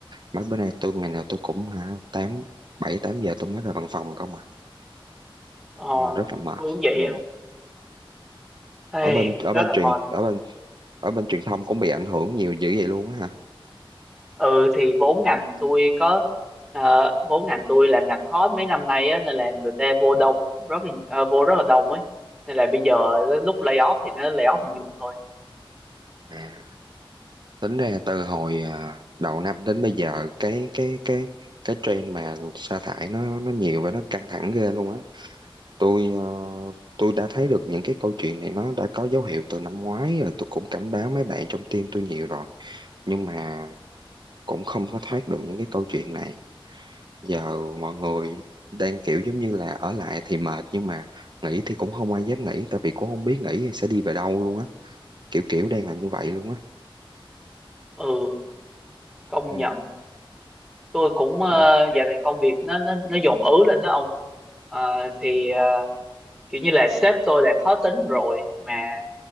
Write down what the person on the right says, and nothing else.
mấy bữa nay tôi ngày nào tôi cũng hả tám bảy tám giờ tôi mới ra văn phòng không à
là rất là mệt
ừ.
ở bên ở
bên
truyền
ở bên ở bên truyền thông cũng bị ảnh hưởng nhiều dữ vậy luôn á
hả tính ra từ hồi à, đầu năm đến bây giờ cái cái cái cái trend mà sa thải nó nó nhiều và nó căng thẳng ghê luôn á tôi ờ, tôi đã thấy được những cái câu chuyện này nó đã có dấu hiệu từ năm ngoái rồi tôi cũng cảnh báo mấy bạn trong team tôi nhiều rồi nhưng mà cũng không có thoát được những cái câu chuyện này giờ mọi người đang kiểu giống như là ở lại thì mệt nhưng mà nghỉ thì cũng không ai dám nghỉ tại vì cũng không biết nghỉ thì sẽ đi về đâu luôn á kiểu kiểu đang là như vậy luôn á
ừ.
ờ,